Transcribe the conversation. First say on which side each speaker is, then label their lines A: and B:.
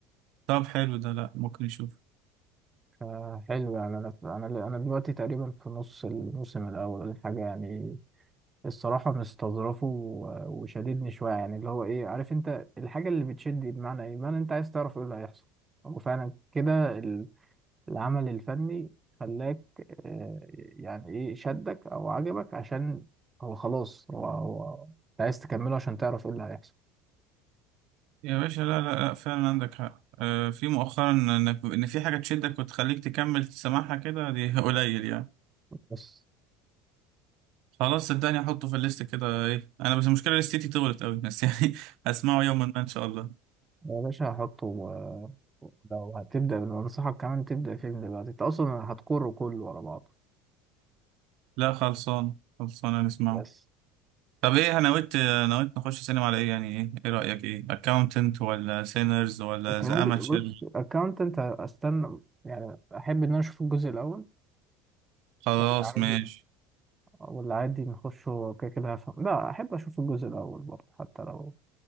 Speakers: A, on the right; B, on the right.
A: طب حلو ده لا ممكن نشوف
B: فحلو يعني انا انا انا دلوقتي تقريبا في نص الموسم الاول ولا حاجه يعني الصراحة مستظرفه و- وشاددني شوية يعني اللي هو إيه عارف أنت الحاجة اللي بتشد دي بمعنى إيه؟ بمعنى أنت عايز تعرف إيه اللي هيحصل هو فعلا كده ال- العمل الفني خلاك آه، يعني إيه شدك أو عجبك عشان هو خلاص هو هو أنت عايز تكمله عشان تعرف إيه اللي هيحصل
A: يا باشا لا لا لا فعلا عندك حق آه في مؤخرا انك ان في حاجة تشدك وتخليك تكمل سماعها كده دي <laughs> قليل يعني
B: بس
A: خلاص صدقني احطه في الليست كده ايه انا بس المشكلة لستي طولت قوي بس يعني <laughs> هسمعه يوما ما ان شاء الله
B: يا باشا هحطه و- لو هتبدأ أنصحك كمان تبدأ فيلم دلوقتي أنت أصلا هتكره كله ورا بعضه
A: لا خلصان خلصان نسمعه
B: بس
A: طب ايه انا نويت نويت نخش سينما على ايه يعني ايه ايه رأيك ايه اكاونتنت ولا سينرز ولا
B: تعالي
A: ذا اماتشر
B: بص اكاونتنت استنى يعني احب ان انا اشوف الجزء الاول
A: خلاص
B: ولا عادي
A: ماشي
B: ولا عادي نخش هو كده كده هفهم لا احب اشوف الجزء الاول برضه حتى لو